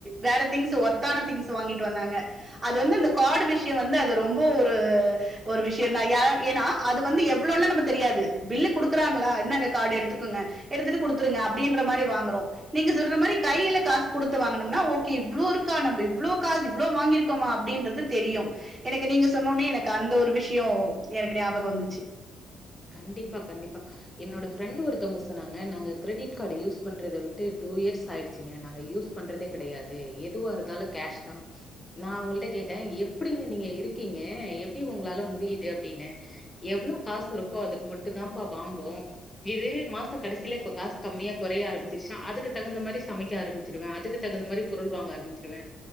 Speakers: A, on the right; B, on the left.
A: வேற திங்ஸ் ஒர்த்தான திங்ஸ் வாங்கிட்டு வந்தாங்க அது வந்து அந்த கார்டு விஷயம் வந்து அது ரொம்ப ஒரு ஒரு விஷயம் தான் ய ஏனா அது வந்து எவ்ளவுன்னுலா நமக்கு தெரியாது பில்லு குடுக்குறாங்களா இன்தாங்க கார்டு எடுத்துக்கங்க எடுத்துட்டு குடுத்துருங்க அப்டின்ற மாரி வாங்கறோ நீங்க சொல்ற மாரி கையில காசு குடுத்து வாங்கனும்னா ஓகே இவ்ளோ இருக்கா ந இவ்ளோ காசு இவ்ளோ வாங்கிருக் குமா அப்டின்றது தெரியும் எனக்கு நீங்க சொன்னுனே எனக்கு அந்த ஒரு விஷயம் எனக்கு ஞாபகம் வந்துச்சு
B: கண்டிப்பா கண்டிப்பா என்னோட ஃபிரெண்ட் ஒருத்தவங்க சொன்னாங்க நாங்க கிரெடிட் கார்டு யூஸ் பண்றத விட்டு டூ இயர்ஸ் ஆயிடுச்சுங்க நாங்க யூஸ் பண்றதே கடையாது எதுவும் இருந்தாலும் கேஷ் தான் நா அவங்கள்ட கேட்டேன் எப்டிங்க நீங்க இருக்கீங்க எப்டி உங்களால முடியுது அப்டின்னு எவ்ளோ காசு இருக்கோ அதுக்கு மட்டும் தான்ம்பா வாம்போ இதுவே மாச கடசில இப்ப காசு கம்மியா குறைய ஆரம்பிச்சிருசா அதுக்கு தகுந்த மாரி சமைக்க ஆரம்பி சிருவன் அதுக்கு தகுந்த மாரி பொருள் வாங்க ஆரம்பிச்சுருவன்